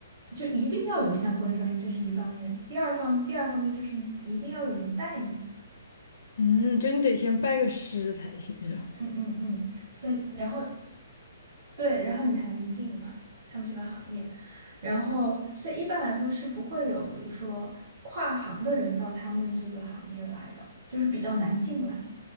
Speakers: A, on the right; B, on the left.
A: 就一定要有相关专业，这是一方面。第二方第二方面就是你一定要有人带你，
B: 嗯，就你得先拜个师才行，是吧？
A: 嗯嗯嗯，所以然后对，然后你才能进嘛，他们这个行业。然后，所以一般来说是不会有，比如说跨行的人到他们这个行业来的，就是比较难进来。